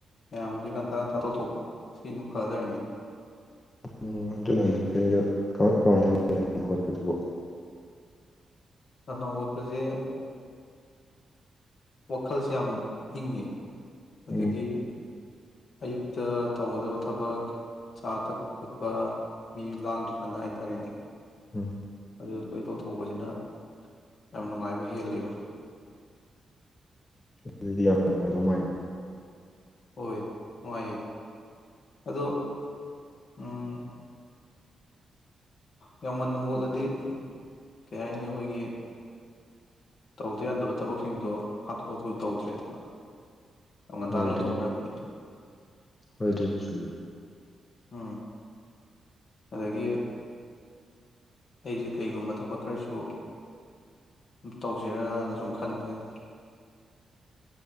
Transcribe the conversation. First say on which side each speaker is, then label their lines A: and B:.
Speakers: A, on the left; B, on the left.
A: ꯃꯌꯥꯝꯁꯤ ꯉꯟꯇꯥ ꯉꯟꯇꯥ ꯇꯧꯊꯣꯛꯄ ꯁꯤ ꯑꯗꯨꯝ ꯐꯔ ꯂꯩꯔꯝꯃꯦ
B: ꯎꯝ ꯑꯗꯨꯅ ꯍꯧ ꯐꯗꯃꯥꯏ ꯀꯃꯥꯏꯅ <unintelligible> ꯍꯧꯒꯠꯄꯗꯨꯕꯨ
A: ꯉꯟꯅ ꯍꯧꯒꯠꯄꯁꯦ ꯋꯥꯈꯜꯁꯦ ꯌꯥꯝ ꯏꯪꯉꯤ ꯑꯗꯒꯤ
B: ꯎꯝ
A: ꯑꯌꯨꯛꯇ ꯇꯧꯒꯗꯕ ꯊꯕꯛ ꯆꯥ ꯊꯛ ꯈꯣꯠꯄ ꯃꯤ ꯂꯥꯡꯗꯔ꯭ꯤꯀꯥꯟꯗ ꯍꯥꯏ ꯇꯔꯦꯅꯦ
B: ꯎꯝ
A: ꯑꯗꯨ ꯂꯣꯏ ꯇꯧꯊꯣꯛꯍꯧꯕꯁꯤꯅ ꯌꯥꯝ ꯅꯨꯡꯉꯥꯏꯕ ꯍꯦꯜꯂꯤꯕ
B: ꯑꯗꯨꯗꯤ ꯌꯥꯝ ꯅꯨꯡꯉꯥꯏꯗꯧ ꯃꯥꯜꯂꯤ
A: ꯍꯣꯏ ꯅꯨꯡꯉꯥꯏꯌꯦ ꯑꯗꯣ ꯎꯝ ꯌꯥꯝ ꯉꯟꯅ ꯍꯧꯒꯠꯂꯗꯤ ꯀꯩ ꯍꯥꯏꯅꯤ ꯑꯩꯈꯣꯏꯒꯤ ꯇꯧꯗ ꯌꯥꯗꯕ ꯊꯕꯛꯁꯤꯡꯗꯣ ꯍꯥꯊꯨ ꯍꯥꯊꯨ ꯇꯧꯗ꯭ꯔꯦꯗꯅ ꯑꯃ ꯉꯟꯇꯥ
B: ꯍꯣꯏ
A: ꯂꯣꯏꯊꯣꯛꯈ꯭ꯔꯕꯅꯤꯅ
B: ꯑꯗꯨꯁꯨ ꯍꯣꯏ ꯑꯗꯨꯁꯨ ꯆꯨꯝꯃꯦ
A: ꯑꯝ ꯑꯗꯒꯤ ꯑꯩꯁꯦ ꯀꯩꯒꯨꯝꯕ ꯊꯕꯛ ꯈꯔꯁꯨ ꯇꯧꯁꯤꯔꯅ ꯁꯨꯝ ꯈꯟꯕ ꯍꯥꯏꯇꯥꯔꯦ